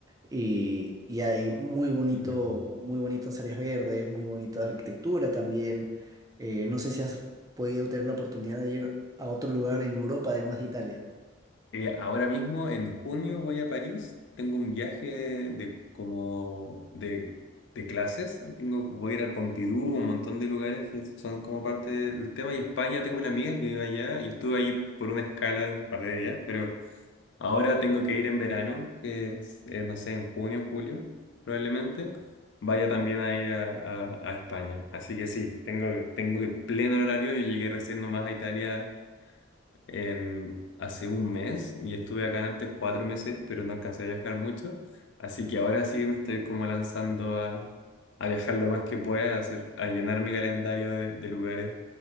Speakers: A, on the right; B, on the left.
A: Y, y hay muy bonito,
B: Ujú.
A: muy bonitas áreas verdes, muy bonita arquitectura también. Eh, no sé si has podido tener la oportunidad de ir a otro lugar en Europa, además de Italia.
B: Eh, ahora mismo, en junio, voy a París. Tengo un viaje de como de, de clases. Tengo, voy a ir al Pompidou, un montón de lugares que son como parte del tema. Y España, tengo una amiga que vive allá y estuve ahí por una escala de un par de días, pero ahora tengo que ir en verano, que es, eh, no sé, en junio, julio, probablemente. Vaya también a ir a, a- a España. Así que sí, tengo, tengo pleno horario. Yo llegué recién nomás a Italia em, hace un mes y estuve acá antes cuatro meses, pero no alcancé a viajar mucho. Así que ahora sí me estoy como lanzando a, a viajar lo más que pueda, a, hacer, a llenar mi calendario de, de lugares